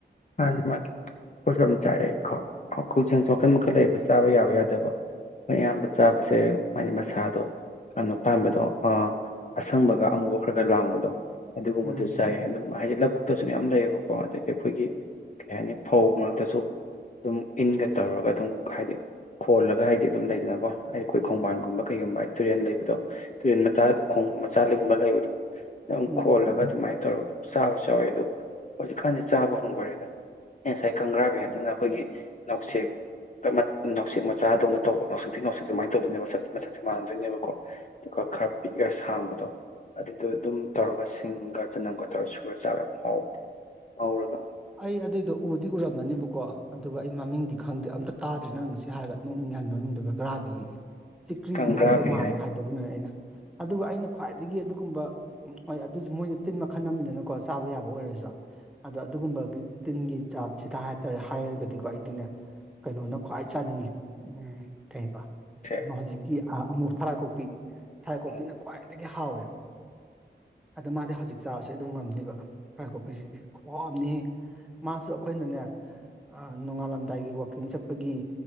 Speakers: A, on the left; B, in the centre.
A: ꯃꯥꯅꯤ ꯃꯥꯅꯤ ꯑꯩꯈꯣꯏꯁꯨ ꯌꯥꯝ ꯆꯥꯔꯛꯑꯦ ꯀꯧꯖꯦꯡꯁꯨ ꯃꯈꯜ ꯃꯈꯜ ꯂꯩ‌ꯌ‌ꯦꯕ ꯆꯥꯕ ꯌꯥꯕ ꯌꯥꯗꯕ ꯑꯌꯥꯝꯕ ꯆꯥꯕꯁꯦ ꯃꯥꯏꯗꯤ ꯃꯁꯥꯗꯣ ꯀꯩꯅꯣ ꯄꯥꯟꯕꯗꯣ ꯑꯥ ꯑꯁꯪꯕꯒ ꯑꯃꯨꯕꯒ ꯈꯔ ꯈꯔ ꯂꯥꯡꯕꯗꯣ ꯑꯗꯨꯒꯨꯝꯕꯗꯨ
B: ꯎꯝ
A: ꯆꯥꯏ ꯑꯗꯨꯝ ꯍꯥꯏꯗꯤ ꯂꯧꯕꯨꯛꯇꯁꯨ ꯃꯌꯥꯝ ꯂꯩꯌꯦꯕꯀꯣ ꯑꯗꯒꯤ ꯑꯩꯈꯣꯏꯒꯤ ꯀꯩ ꯍꯥꯏꯅꯤ ꯐꯧ ꯃꯔꯛꯇꯁꯨ ꯑꯗꯨꯝ ꯏꯟꯒ ꯇꯧꯔꯒ ꯑꯗꯨꯝ ꯍꯥꯏꯗꯤ ꯈꯣꯜꯂꯒ ꯍꯥꯏꯗꯤ ꯑꯗꯨꯝ ꯂꯩꯗꯅꯀꯣ ꯍꯥꯏꯗꯤ ꯑꯩꯈꯣꯏ ꯈꯣꯡꯕꯥꯟꯒꯨꯝꯕ ꯀꯩꯒꯨꯝꯕ ꯇꯨꯔꯦꯜ ꯂꯩꯕꯗꯣ ꯇꯨꯔꯦꯟ ꯃꯆꯥ ꯈꯣꯡ ꯃꯆꯥ ꯒꯨꯝꯕ ꯂꯩꯕꯗꯣ ꯑꯗꯨꯝ
B: ꯎꯝ
A: ꯈꯣꯜꯂꯒ ꯑꯗꯨꯃꯥꯏꯅ ꯇꯧꯔꯒ ꯑꯗꯨꯝ ꯆꯥꯕꯁꯨ ꯌꯥꯎꯋꯦ ꯑꯗꯣ ꯍꯧꯖꯤꯛꯀꯥꯟꯁ‌ꯦ ꯆꯥꯕ ꯍꯪꯒ‌ꯣꯏꯔ‌ꯦꯗ ꯑꯩ ꯉꯁꯥꯏ ꯀꯪꯒ꯭ꯔꯥꯕꯤ ꯍꯥꯏꯗꯨꯅ ꯑꯩꯈꯣꯏꯒꯤ ꯅꯥꯎꯁꯦꯛ ꯅꯥꯟꯁꯛ ꯃꯆꯥꯗꯧꯅ ꯇꯧꯕ ꯅꯥꯟꯁ‌ꯦꯛꯇꯤ ꯅꯥꯟꯁ‌ꯦꯛ ꯑꯗꯨꯃꯥꯏꯅ ꯇꯧꯗꯣꯏꯕ ꯃꯁꯛ ꯃꯁꯛꯇꯤ ꯆꯞ ꯃꯥꯟꯅ ꯗꯣꯏꯅꯦꯕꯀꯣ ꯑꯗꯨꯒ ꯈꯔ ꯄꯤꯛꯑ ꯁꯥꯡꯕꯗꯣ ꯑꯗꯨꯏꯗꯣ ꯑꯗꯨꯝ ꯇꯧꯔꯒ ꯁꯤꯡꯒ ꯆꯅꯝꯒ ꯇꯧꯔꯒ ꯁꯨꯔ ꯆꯥꯕ ꯌꯥꯝ ꯍꯥꯎꯕꯅꯤ ꯉꯧꯔꯒ
B: ꯑꯩ ꯑꯗꯨꯏꯗꯣ ꯎꯗꯤ ꯎꯔꯝꯃꯅꯦꯕꯀꯣ ꯑꯗꯨꯒ ꯑꯩ ꯃꯃꯤꯡꯗꯤ ꯈꯪꯗꯦ ꯑꯝꯇ ꯇꯥꯗ꯭ꯔꯤ ꯅꯪ ꯉꯁꯤ ꯁꯤ ꯍꯥꯏꯔꯒ ꯅꯣꯛꯅꯤꯡꯉ‌ꯦ ꯃꯃꯤꯡꯗꯨꯒ ꯒ꯭ꯔꯥꯕꯤ ꯆꯤꯛꯀ꯭ꯔꯤꯕꯤ
A: ꯀꯪꯒ꯭ꯔꯥꯕꯤ
B: ꯍꯥꯏꯕꯗꯨ ꯃꯥꯜꯂꯦ ꯍꯥꯏꯗ‌ꯣ ꯑꯗꯨꯅꯅꯦ ꯑꯩꯅ ꯑꯗꯨꯒ ꯑꯩꯅ ꯈ꯭ꯋꯥꯏꯗꯒꯤ ꯑꯗꯨꯒꯨꯝꯕ ꯎꯝ ꯍꯣꯏ ꯑꯗꯨꯁꯨ ꯃꯣꯏꯁꯨ ꯇꯤꯟ ꯃꯈꯜ ꯑꯃꯗꯤꯅꯀꯣ ꯆꯥꯕ ꯌꯥꯕ ꯑꯣꯏꯔꯁꯨ ꯑꯗꯣ ꯑꯗꯨꯒꯨꯝꯕ ꯑꯗꯨ ꯇꯤꯟꯒꯤ ꯆꯥꯠꯁꯤꯗ ꯍꯥꯏꯇꯥꯔꯦ ꯍꯥꯏꯔꯒꯗꯤꯀꯣ ꯑꯩꯗꯤꯅꯦ ꯀꯩꯅꯣꯅ ꯈ꯭ꯋꯥꯏ ꯆꯥꯅꯤꯡꯉꯤ ꯎꯝ ꯀꯩ ꯍꯥꯏꯕ
A: ꯍꯥꯏꯁꯦ
B: ꯑꯃ ꯍꯧꯖꯤꯛꯀꯤ ꯑ ꯃꯨꯔ ꯊꯔꯥꯀꯣꯛꯄꯤ ꯊꯔꯥꯀꯣꯛꯄꯤꯅ
A: ꯎꯝ
B: ꯈ꯭ꯋꯥꯏꯗꯒꯤ ꯍꯥꯎꯋꯤ ꯑꯗ‌ꯣ ꯃꯥꯗꯤ ꯍꯧꯖꯤꯛ ꯆꯥꯔꯁꯨ ꯑꯗꯨꯝ ꯉꯝꯅꯤꯕ ꯊꯔꯥꯏ ꯀꯣꯛꯄꯤꯁꯤꯗꯤ ꯈꯨꯍꯥꯎ ꯑꯃꯅꯤꯍ‌ꯦ ꯃꯥꯁꯨ ꯑꯩꯈꯣꯏꯅꯅꯦ ꯑꯥ ꯅꯣꯡꯉꯥꯜꯂꯝꯗꯥꯏꯒꯤ ꯋꯥꯛꯀꯤꯡ ꯆꯠꯄꯒꯤ